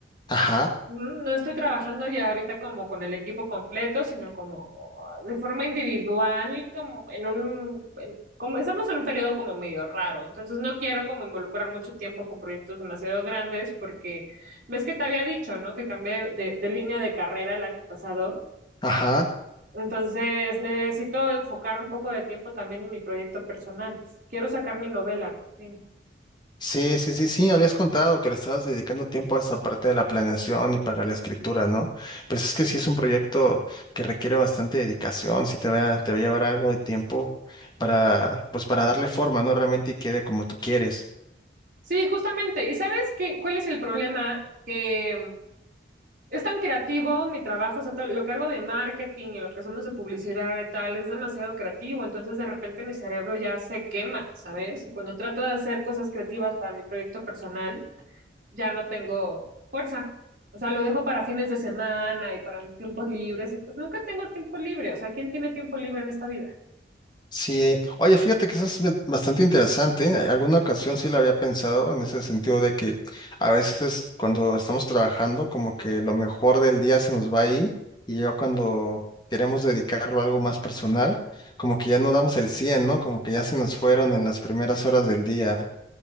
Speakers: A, on the left; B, on the right.
A: Ajá,
B: No no estoy trabajando ya ahorita como con el equipo completo, sino como de forma individual, como en un, en- como estamos en un periodo como medio raro, entonces no quiero como involucrar mucho tiempo con proyectos demasiado grandes porque ves que te había dicho, ¿no? Que cambié de, de línea de carrera el año pasado,
A: ajá.
B: entonces necesito enfocar un poco de tiempo también en mi proyecto personal. Quiero sacar mi novela por fin.
A: Sí, sí, sí, sí, habías contado que le estabas dedicando tiempo a esa parte de la planeación y para la escritura, ¿no? Pero es que sí es un proyecto que requiere bastante dedicación, sí te va, te va a llevar algo de tiempo para, pues para darle forma, ¿no? Realmente quede como tú quieres.
B: Sí, justamente. ¿Y sabes qué, cuál es el problema? Que Es tan creativo mi trabajo, o sea, todo lo que hago de marketing y lo que hacemos de publicidad y tal, es demasiado creativo, entonces de repente mi cerebro ya se quema, ¿sabes? Y cuando trato de hacer cosas creativas para mi proyecto personal, ya no tengo fuerza. O sea, lo dejo para fines de semana y para mis tiempos libres, y pues nunca tengo tiempo libre, o sea, ¿quién tiene tiempo libre en esta vida?
A: Sí, oye, fíjate que eso es ba- bastante interesante. ¿eh? Alguna ocasión sí lo había pensado en ese sentido de que a veces cuando estamos trabajando como que lo mejor del día se nos va ahí y ya cuando queremos dedicarlo a algo más personal, como que ya no damos el 100, ¿no? Como que ya se nos fueron en las primeras horas del día